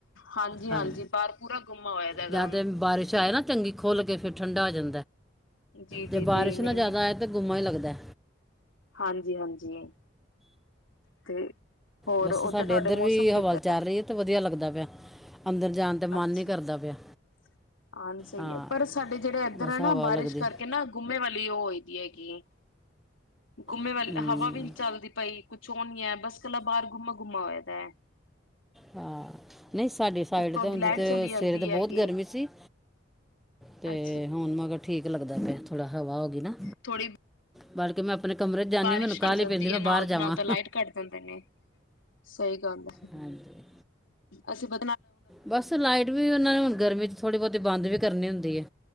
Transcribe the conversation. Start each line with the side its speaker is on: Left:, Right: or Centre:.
Left: ਹਾਂਜੀ
Centre: ਹਾਂ।
Left: ਹਾਂਜੀ ਬਾਹਰ ਪੂਰਾ ਗੁੰਮਾ ਹੋਇਆ ਦਾ ਹੈਗਾ।
Centre: ਜਾਂ ਤੇ ਬਾਰਿਸ਼ ਆਏ ਨਾ ਚੰਗੀ ਖੋਲ ਕੇ ਫਿਰ ਠੰਡਾ ਹੋ ਜਾਂ
Left: ਜੀ ਜੀ
Centre: ਜੇ ਬਾਰਿਸ਼
Left: ਜੀ ਨਹੀਂ
Centre: ਨਾ ਜਿਆਦਾ
Left: ਨਹੀਂ
Centre: ਆਰ ਤੇ ਗੁੰਮਾ ਰ ਲੱਗ ਦਾ।
Left: ਹਾਂਜੀ ਹਾਂਜੀ। ਤੇ ਹੋਰ
Centre: ਬਸ
Left: ਉੱਧਰ
Centre: ਸਾਡੇ
Left: ਤੁਹਾਡੇ
Centre: ਇੱਧਰ
Left: ਮੌਸਮ
Centre: ਵੀ ਹਵਾ
Left: ਕਿੱਦਾਂ
Centre: ਚੱਲ
Left: ਹੈ
Centre: ਰਹੀ ਐ ਤੇ ਵਧੀਆ ਲੱਗਦਾ ਪਿਆ। ਅੰਦਰ ਜਾਣ ਤੇ ਮਨ
Left: ਅੱਛਾ।
Centre: ਨਹੀਂ ਕਰਦਾ
Left: ਹਾਂ,
Centre: ਪਿਆ
Left: ਸਹੀ
Centre: ਹਾਂ
Left: ਐ, ਪਰ ਸਾਡੇ ਜਿਹੜੇ ਇੱਧਰ
Centre: ਬਸ
Left: ਹੈ ਨਾ
Centre: ਹਵਾ
Left: ਬਾਰਿਸ਼
Centre: ਲੱਗਦੀ
Left: ਕਰਕੇ ਨਾ ਗੁੰਮੇ ਵਾਲੀ ਉਹ ਹੋਈ ਦੀ ਹੈਗੀ ਗੁੰਮੇ
Centre: ਹੂੰ
Left: ਵਾਲੇ, ਹਵਾ ਵੀ ਨੀ ਚੱਲਦੀ ਪਈ। ਕੁਛ ਓ ਨੀ ਐ, ਬਸ ਇਕੱਲਾ ਬਾਹਰ ਗੁੰਮਾ ਗੁੰਮਾ ਹੋਰਦਾ ਐ।
Centre: ਹਾਂ, ਨਹੀਂ ਸਾਡੀ ਸਾਈਡ
Left: ਉੱਪਰੋਂ
Centre: ਤੇ
Left: ਦੀ
Centre: ਉਂਜ
Left: ਲਾਈਟ
Centre: ਤੇ
Left: ਚਲੀ ਜਾਂਦੀ
Centre: ਸਵੇਰੇ ਤੇ ਬਹੁਤ
Left: ਹੈਗੀ
Centre: ਗਰਮੀ ਸੀ ਤੇ
Left: ਅੱਛਾ
Centre: ਹੁਣ ਮਗਰ ਠੀਕ ਲੱਗਦਾ ਪਿਆ, ਥੋੜ੍ਹਾ ਹਵਾ ਹੋ ਗਈ ਨਾ।
Left: ਥੋੜੀ
Centre: ਬਲ ਕਿ ਮੈਂ ਆਪਣੇ ਕਮਰੇ 'ਚ ਜਾਂਦੀ
Left: ਬਾਰਿਸ਼
Centre: ਹਾਂ ਮੈਨੂੰ ਕਾਹਲੀ
Left: ਹੋ ਜਾਂਦੀ
Centre: ਪੈਂਦੀ ਮੈਂ
Left: ਐ,
Centre: ਬਾਹਰ
Left: ਨਾਲ
Centre: ਜਾਵਾਂ
Left: ਦੀ ਨਾਲ ਤਾਂ ਲਾਈਟ ਕੱਟ ਜਾਂਦੇ ਨੇ। ਸਹੀ ਗੱਲ ਐ।
Centre: ਹਾਂਜੀ
Left: ਅਸੀਂ ਪ
Centre: ਬਸ ਲਾਈਟ ਵੀ ਉਹਨਾਂ ਨੇ ਹੁਣ ਗਰਮੀ 'ਚ ਥੋੜੀ ਬਹੁਤੀ ਬੰਦ ਵੀ ਕਰਨੀ ਹੁੰਦੀ ਐ।